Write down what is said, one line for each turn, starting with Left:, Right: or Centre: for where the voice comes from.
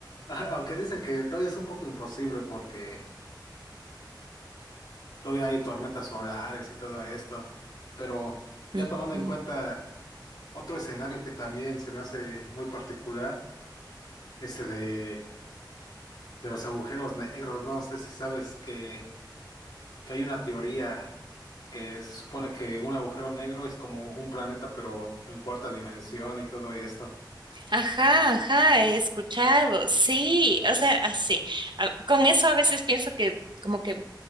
Left: <laughs> Aunque, dicen que todavía es un poco imposible porque todavía hay tormentas solares y todo esto. Pero ya
Right: Ujú.
Left: tomando en cuenta otro escenario que también se me hace muy particular, ese de, de los agujeros negros, no sé si sabes que que hay una teoría que se supone que un agujero negro es como un planeta, pero en cuarta dimensión y todo esto.
Right: Ajá, ajá, he escuchado, sí, o sea, así. A- Con eso a veces pienso que como que